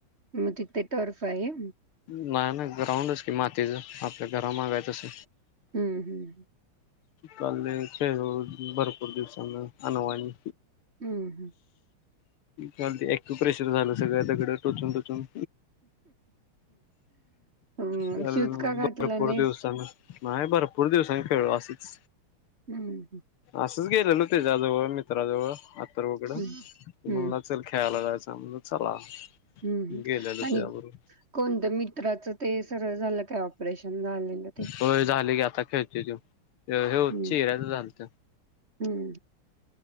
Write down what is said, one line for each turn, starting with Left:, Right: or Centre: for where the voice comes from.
Right: मग तथ टर्फ आहे
Left: नाही नाही ग्राउंडच कि मातीच आपल्या घरामागाय तस
Right: हम्म हम्म
Left: कालले खेळ भरपूर दिवसाांन अनवानी
Right: हम्म हम्म
Left: चाल ्य प्रेशर झालं सगळं दगङ टोचून टोचून
Right: मग
Left: काल
Right: शूतका घातला
Left: भरपूर
Right: नाही
Left: दिवसानं नाही बरं पूर दिवसां खेळू असंच
Right: हम्म हम्
Left: असंच गेलेलो त्याच्याजवळ मित्राजवळ अथर्व कङ
Right: हं, हं,
Left: म्हणला
Right: हं.
Left: चल खेळायला जायचं आम चला
Right: हम्म्
Left: गेलेलो
Right: आणि
Left: त्याच्याबरोबर
Right: कोणतं मित्राचं ते सरळ झालं काय ऑपरेशन झालेलं ते
Left: हो झाले गी आता खेळते त हे िऱ्याच
Right: हम्म.
Left: झाल ते
Right: हम्म